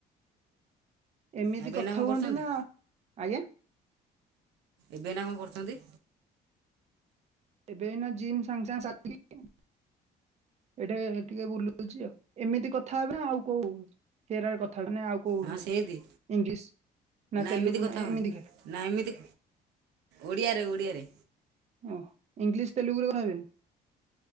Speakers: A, on the right; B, on the right.
A: ଏମିତି
B: ଏବେ
A: କଥା
B: ଏଇନା କଣ
A: ହୁଅନ୍ତି
B: କରୁଛନ୍ତି
A: ନା ଆଜ୍ଞା।
B: ଏବେ ଏନା କଣ କରୁଛନ୍ତି?
A: ଏବେ ଏନା ଜିମ୍ ସାଙ୍ଗେ ସାଙ୍ଗେ ସାରିଲି। ଏଇଠେ ଟିକେ ବୁଲୁଛି ଆଉ। ଏମିତି କଥା ହେବି ନା ଆଉ କୋଉ? କେର କଥା ମାନେ ଆଉ କୋଉ
B: ହଁ ସେମିତି
A: ଇଂଲିଶ ନା ତେଲୁଗୁ
B: ଏମିତି କଥା
A: ନା
B: ହୁଏ
A: ଏମିତି ଖାଲି?
B: ନା ଏମିତି ଓଡ଼ିଆରେ ଓଡ଼ିଆରେ।
A: ଓଃ ଇଲିଶ ତେଲୁଗୁ ରେ କଥା ହେବିନି?